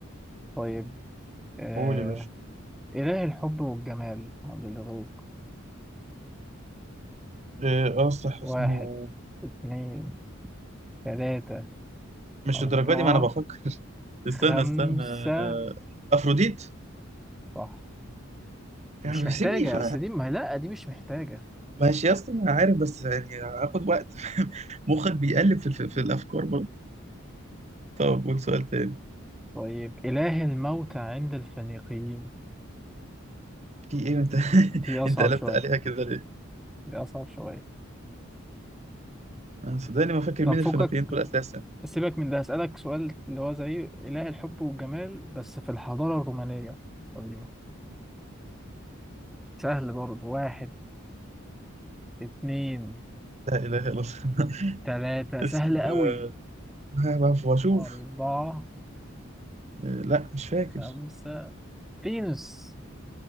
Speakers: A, in the centre; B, on the right.
A: طيب آه
B: قول يا باشا
A: إله الحب والجمال عبد الغفور
B: إيه، اه صح
A: واحد
B: اسمه
A: اتنين تلاتة
B: مش
A: أربعة
B: الدرجه دي ما انا بفكر <laughs>
A: خمسة
B: استنى استنى آه، افروديت
A: صح مش
B: يعني
A: محتاجة
B: سيبني ف...
A: أصل دي ما لأ دي مش محتاجة
B: ماشي يا اسطى ما انا عارف بس يعني هاخد وقت <laughs> مخك بيقلب في, في, في الافكار برضه طب قول سؤال تاني
A: طيب إله الموتى عند الفينيقيين
B: في ايه انت <laughs>
A: دي أصعب
B: انت قلبت
A: شوية
B: عليها كده ليه؟
A: دي أصعب شوية
B: انا صدقني ما فاكر
A: طب
B: مين الفينيقيين
A: فكك
B: دول اساسا
A: سيبك من ده هسألك سؤال اللي هو زي إله الحب والجمال بس في الحضارة الرومانية القديمة سهل برضه واحد اتنين
B: لا اله الا الله
A: تلاتة
B: اسمه
A: سهل قوي
B: آه، ها بقى واشوف
A: أربعة
B: آه، لا مش فاكر
A: خمسة فينوس